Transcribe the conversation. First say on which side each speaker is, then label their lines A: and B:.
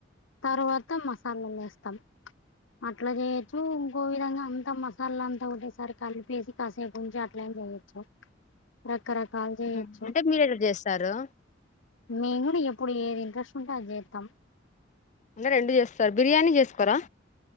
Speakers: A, on the left; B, on the left.
A: తర్వాత మసాలాలేస్తం అట్ల చేయొచ్చు ఇంకో విదంగా అంత మసా మల్లంతా ఒకటేసారి కలిపేసి కాసేపుంచి అట్లేం చేయొచ్చు రకరకాలు చేయొచ్చు
B: ఉమ్. అంటే మీరెలా చేస్తారు
A: మేమ్ కూడా ఎప్పుడు ఏది ఇంట్రెస్ట్ ఉంటే అది చేస్తాం
B: అంటే రెండు చేస్తారు బిర్యానీ చేసుకోరా